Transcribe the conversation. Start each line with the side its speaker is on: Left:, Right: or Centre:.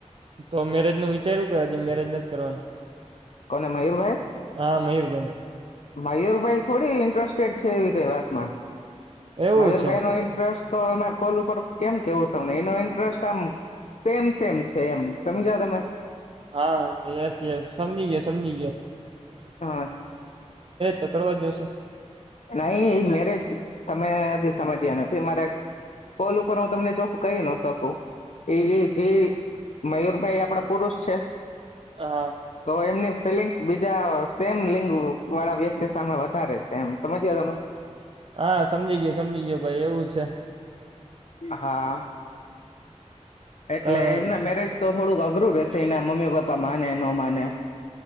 Right: તો મેરેજ ન વિચાર એું કર છે, મેરેજ નથી. કરવાના
Left: કોને મયુરભાઈ
Right: હા, મયુૂરભેને
Left: મયુરભાઈ થોડી ઇન્ટરેસ્ટેડ છે, એવી કઈ વાતમા
Right: એવું
Left: મયુરભાઈ,
Right: છે
Left: નો ઇન્ટરેસ્ટ તો એરે કોલ ઉપર કેમ કેવું તમને એનો ઇન્ટરેસ્ટ સેમ સેમ છે, એમ સમજા તમે
Right: હા, યસ યસ સમજી ગયા સમજી, ગયા
Left: હા,
Right: તો કરવા જ જોશે
Left: નહી એ મેરેજ તમે હજી સમજ્યા નથી, મારે કોલ ઉપર હું તમને જોક કહી ન શકુ એ જે મયુરભાઈ આપડા પુરુષ છે.
Right: હા
Left: તો એમની ફિલિંગસ બીજા સેમ લિંગ વાળા વ્યક્તિ તે સામે વધારે છે, એમ સમજી્યા તમે
Right: હા, સમજી ગયયો સમજી ગયો, ભાઈ એવું છે.
Left: હા એટલે,
Right: કઈ વાંધો
Left: એમના મેરેજ તો થોડુંક અઘરું રહેશે એના મમ્મી પપ્પા માને ન માને